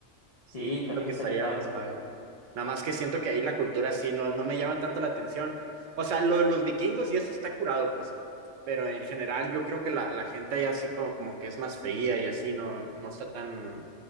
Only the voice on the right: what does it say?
Sí,
creo que
estaría
bien, suave. Nada más que siento que ahí la cultura sí no, no me llama tanto la atención. O sea, lo de los vikingos y eso está curado, pues. Pero en general yo creo que la, la gente ahí así como, como que es más fría y así no, no está tan